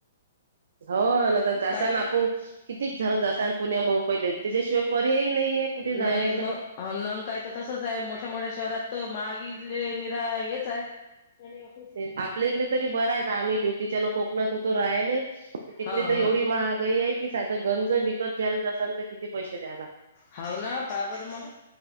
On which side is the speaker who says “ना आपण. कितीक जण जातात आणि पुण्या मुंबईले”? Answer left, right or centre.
Right